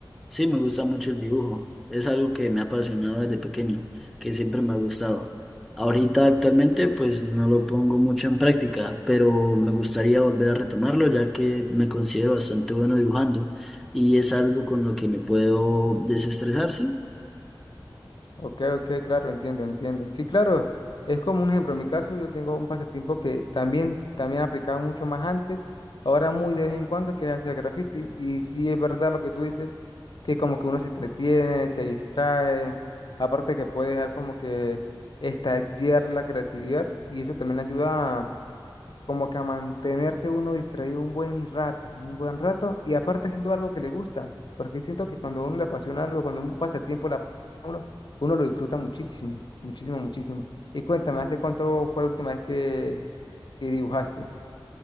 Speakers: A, in the centre; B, on the left (about 65°).
A: Sí, me gusta mucho el dibujo. Es algo que me ha apasionado desde pequeño, que siempre me ha gustado. Ahorita actualmente pues no lo pongo mucho en práctica, pero me gustaría volver a retomarlo ya que me considero bastante bueno dibujando y es algo con lo que me puedo desestresar, sí.
B: Ok, ok, claro, entiendo, entiendo. Sí, claro, es como un ejemplo. En mi caso, yo tengo un pasatiempo que también, también aplicaba mucho más antes, ahora muy de vez en cuando, que es hacer graffiti. Y sí es verdad lo que tú dices, que como que uno se entretiene, se distrae, aparte que puede dejar como que estallar la creatividad y eso también ayuda a- como que a mantenerse uno distraído un buen rato, un buen rato, y aparte haciendo algo que le gusta, porque siento que cuando a uno le apasiona algo, cuando un pasatiempo le uno lo disfruta muchísimo, muchísimo, muchísimo. Y cuéntame, ¿hace cuánto fue la última vez que, que dibujaste?